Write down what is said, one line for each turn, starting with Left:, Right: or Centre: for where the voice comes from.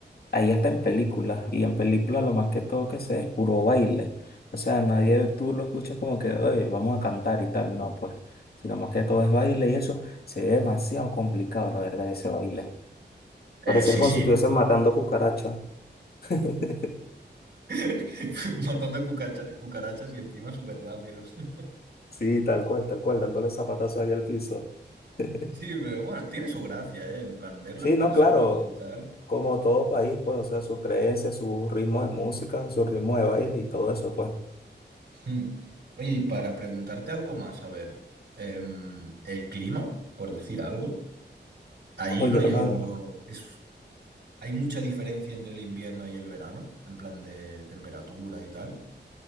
Left: Ahí hasta en películas, y en películas lo más que todo que sé es puro baile. O sea, nadie tú lo escuchas como que, oye, vamos a cantar y tal, no, pues, sino más que todo es baile y eso se ve demasiado complicado, la verdad, ese baile.
Right: Eh,
Left: Parecer
Right: sí,
Left: como
Right: sí.
Left: si estuviesen matando cucarachas. <laughs>
Right: <laughs> Matando cucacha- cucarachas y encima súper rápido. <laughs>
Left: Sí, tal cual, tal cual, dándole zapatazo ahí al piso. <laughs>
Right: Sí, pero bueno, tiene su gracia, ¿eh? En plan, verlo
Left: Sí,
Right: en persona
Left: no, claro,
Right: y tal.
Left: como todo país, pues, o sea, sus creencias, su ritmo de música, su ritmo de baile y todo eso, pues.
Right: Mm. Oye, y para preguntarte algo más, a ver, em, el clima, por decir algo, ahí
Left: Oye,
Right: rollo,
Left: hermano,
Right: es, hay mucha diferencia entre el invierno y el verano, en plan de temperatura y tal.